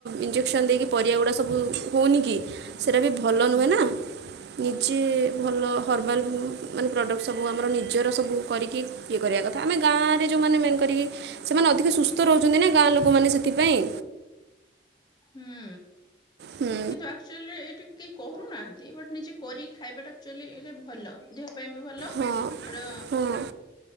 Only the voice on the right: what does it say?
ଇଞ୍ଜେକ୍ସନ୍ ଦେଇକି ପରିବା ଗୁଡ଼ାକ ସବୁ ହୋଉନି କି। ସେଇଟା ବି ଭଲ
ନୁହେଁ ନା। ନିଜେ ଭଲ ହର୍ବାଲ୍ ମାନେ ପ୍ରଡ଼କ୍ଟ ସବୁ ଆମର ନିଜର ସବୁ କରିକି ଇଏ କରିବା କଥା ଆମେ ଗାଁଆରେ ଯେଉଁମାନେ ମେ କରିକି, ସେମାନେ ଅଧିକ ସୁସ୍ଥ ରହୁଛନ୍ତି ନା। ଗାଁ ଲୋକମାନେ ସେଥିପାଇଁ।
ହୁଁ
ହଁ ହଁ